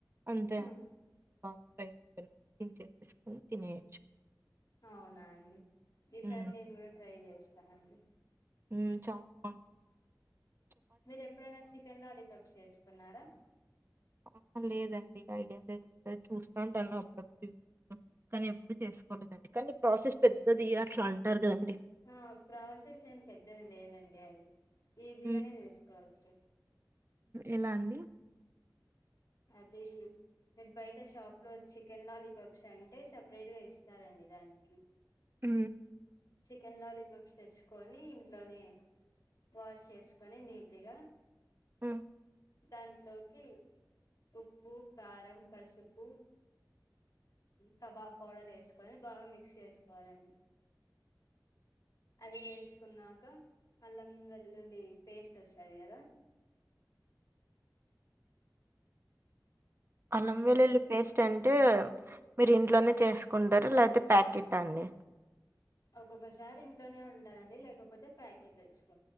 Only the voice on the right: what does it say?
అంతే
పా ఫ్రై చేసుకొని తినేయచ్చు
హ్మ్.
మ్ చ
ఆ లేదండి ఐడియా లేదు సరే చూస్తా ఉంటాను అప్పుడ కానీ ఎప్పుడు చేసుకోలేదండి కానీ ప్రాసెస్ పెద్దది అట్ల అంటారు కదండి
హ్మ్.
ఎలా అండి
హు
ఉ
అల్లం
వెల్లుల్లి పేస్ట్ అం అ మీరు ఇంట్లోనే చేసుకుంటారు లేతే ప్యాకిట్ అండి